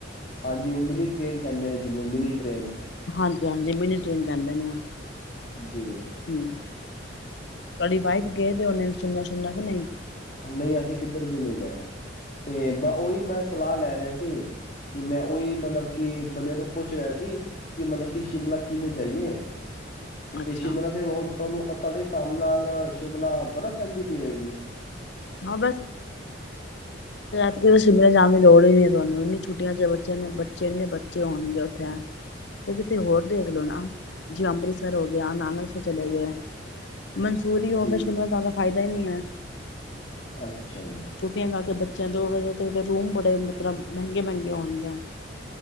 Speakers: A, on the left (about 40°); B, on the left (about 65°).
A: ਹਾਂਜੀ, ਉਹ ਮਿਨੀ ਟ੍ਰੇਨ ਕਹਿੰਦੇ ਨੇ ਜਿਹਨੂੰ ਮਿਨੀ ਟ੍ਰੇਨ
B: ਹਾਂਜੀ ਹਾਂਜੀ ਮਿੰਨੀ ਟ੍ਰੇਨ ਕਹਿੰਦੇ ਨੇ
A: ਜੀ।
B: ਹਮ ਤੁਹਾਡੀ ਵਾਈਫ ਗਏ ਤੇ ਉਨੇ ਸੁਣਨਾ ਸੁਣਨਾ ਕਿ ਨਹੀਂ
A: ਨਹੀਂ, ਅਸੀਂ ਕਿੱਧਰ ਵੀ ਨਹੀਂ ਗਏ ਤੇ ਓਈ ਮੈੰ ਸਲਾਹ ਲੈ ਰਿਆ ਸੀ ਕਿ ਮੈਂ ਓਈ ਮਤਲਬ ਕਿ ਬੰਦਿਆਂ ਤੋਂ ਪੁੱਛ ਰਿਆ ਸੀ ਕਿ ਮਤਲਬ ਕੇ ਸ਼ਿਮਲਾ ਕਿਵੇਂ ਜਾਈਏ।
B: ਅੱਛਾ
A: ਤੇ ਸ਼ਿਮਲਾ ਤੇ ਹੁਣ ਤੁਹਾਨੂੰ ਤੁਹਾਡੇ ਸ ਨਾਲ- ਨਾਲ ਸ਼ਿਮਲਾ ਬਰਫ਼ ਪੈਂਦੀ ਪਈ ਹੋਏਗੀ।
B: ਹਾਂ ਕਿ ਸ਼ਿਮਲੇ ਜਾਣ ਦੀ ਲੋੜ ਹੀ ਨੀ ਤੁਹਾਨੂੰ ਇੰਨੀ ਛੁੱਟੀਆਂ ਚ ਬੱਚੇ ਬੱਚੇ ਇੰਨੇ ਬੱਚੇ ਹੋਣਗੇ ਉੱਥੇ ਤੇ ਕਿਤੇ ਹੋਰ ਦੇਖ ਲਓ ਨਾ, ਜਿਵੇਂ ਅੰਮ੍ਰਿਤਸਰ ਹੋ ਗਿਆ ਨਾਨਕਸਰ ਚਲੇ ਗਏ। ਮਨਸੂਰੀ ਹੋਵੇ
A: ਜੀ
B: ਸ਼ਿਮਲਾ ਸਾਡਾ ਫਾਇਦਾ ਹੀ ਨਹੀਂ ਹੈ।
A: ਅੱਛਾ ਜੀ
B: ਛੁੱਟੀਆਂ ਤੋਂ ਆ ਕੇ ਬੱਚੇ ਦੋ ਵਜੇ ਤਕ ਤੇ ਰੂਮ ਬੜੇ ਮਤਲਬ ਮਹਿੰਗੇ ਮਹਿੰਗੇ ਹੋਣਗੇ